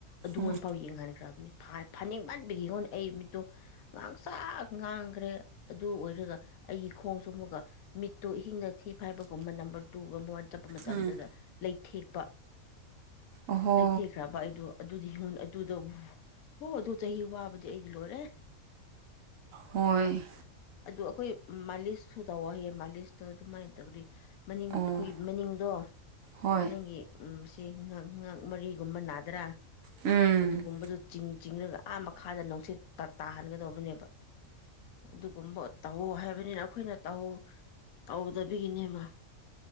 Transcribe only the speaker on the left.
ꯑꯗꯨꯉꯣꯟꯐꯥꯎ
ꯌꯦꯡꯍꯟꯈ꯭ꯔꯝꯅꯤ ꯐꯅꯤꯡꯃꯟꯕꯒꯤꯉꯣꯟ ꯑꯩ ꯃꯤꯠꯇꯣ ꯉꯥꯡꯁꯪ ꯉꯥꯡꯒ꯭ꯔꯦ ꯑꯗꯨ ꯑꯣꯏꯔꯒ ꯑꯩꯒꯤ ꯈꯣꯡꯁꯨ ꯑꯃꯨꯛꯀ ꯃꯤꯠ ꯇꯨ ꯏꯍꯤꯡꯗ ꯊꯤ ꯐꯥꯏꯕꯒꯨꯝꯕ ꯅꯝꯕꯔ ꯍꯣꯔꯃꯣꯟ ꯆꯠꯄ ꯃꯇꯝꯗꯨꯗ
ꯂꯩꯊꯦꯛꯄ
ꯂꯩꯊꯦꯛꯈ꯭ꯔꯕ ꯑꯩꯗꯣ ꯑꯗꯨꯗꯤ ꯈꯪ ꯑꯗꯨ ꯑꯗꯨ ꯍꯣ ꯑꯗꯨ ꯆꯍꯤ ꯋꯥꯕꯗꯤ ꯑꯩ ꯂꯣꯏꯔꯦ
ꯑꯗꯨ ꯑꯈꯣꯏ ꯃꯥꯂꯤꯁꯁꯨ ꯇꯧꯋꯣ ꯍꯥꯏꯌꯦ ꯃꯥꯂꯤꯁꯇꯣ ꯑꯗꯨꯃꯥꯏ ꯇꯧꯗ꯭ꯔꯤ ꯃꯅꯤꯡ
ꯑꯩꯈꯣꯏ ꯃꯅꯤꯡꯗꯣ
ꯅꯪꯒꯤ ꯎꯝ ꯁꯤ ꯉꯛ ꯉꯛ ꯃꯔꯤꯒꯨꯝꯕ ꯅꯥ ꯗ꯭ꯔ
ꯑꯗꯨꯒꯨꯝꯕꯗꯨ ꯆꯤꯡ ꯆꯤꯡꯔꯒ ꯑꯥ ꯃꯈꯥꯗ ꯅꯨꯡꯁꯤꯠ ꯇ ꯇꯥꯍꯟꯒꯗꯧꯕꯅꯦꯕ ꯑꯗꯨꯒꯨꯝꯕ ꯇꯧꯑꯣ ꯍꯥꯏꯕꯅꯤꯅ ꯑꯩꯈꯣꯏꯅ ꯇꯧ ꯇꯧꯗꯕꯤꯒꯤꯅꯦꯕ